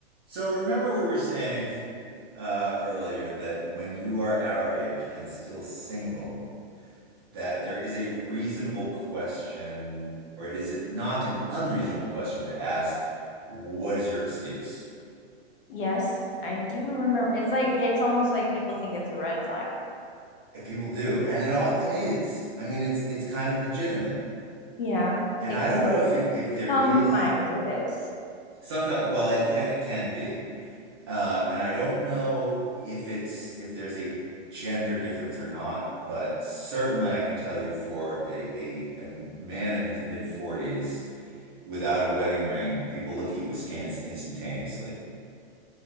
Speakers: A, on the right (about 25°); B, on the left (about 55°).
A: So remember we were saying uh, earlier that when you are our age and still single, that there is a reasonable question, or it is it not an unreasonable question to ask, what is your excuse?
B: Yes, I do remember. It's like it's almost like people think it's a red flag.
A: And people do, and it often is. I mean, it's it's kind of legitimate.
B: Yeah.
A: And
B: It,
A: I
B: well,
A: don't know if it if there
B: sometimes
A: is
B: it is.
A: sometimes, well, it yeah, it can be. Uh, and I don't know if it's if there's a gender difference or not, but certainly I can tell you for a a, a man in his mid 40s without a wedding ring, people look at you askance instantaneously.